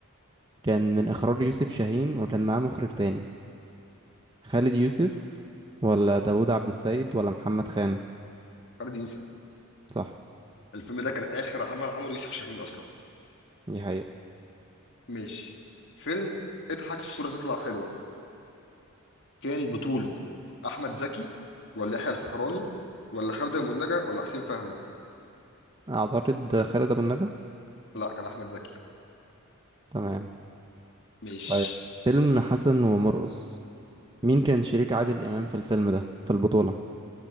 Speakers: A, on the right; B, on the left.
A: كان من إخراج يوسف شاهين وكان معاه مخرج تاني خالد يوسف ولا داوود عبد السيد ولا محمد خان
B: فردي يوسف
A: صح
B: الفيلم ده كان آخر عمل عمله يوسف شاهين أصلا
A: دي حقيقة
B: ماشي فيلم اضحك الصورة تطلع حلوة كان بطولة أحمد زكي ولا يحيى الفخراني ولا خالد أبو النجا ولا حسين فهمي
A: أعتقد خالد أبو النجا
B: لا كان أحمد زكي
A: تمام
B: ماشي
A: طيب فيلم حسن ومرقص مين كان شريك عادل إمام في الفيلم ده في البطولة